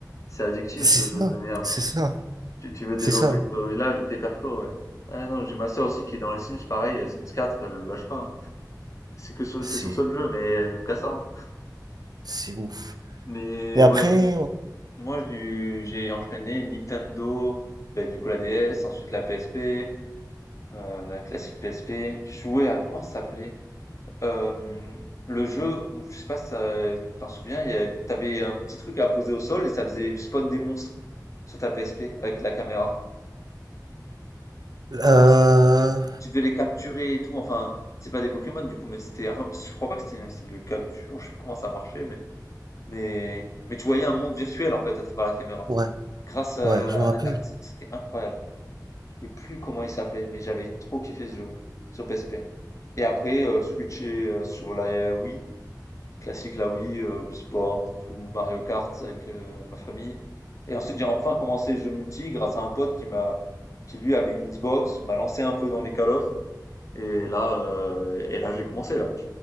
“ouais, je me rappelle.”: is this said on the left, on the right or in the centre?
Right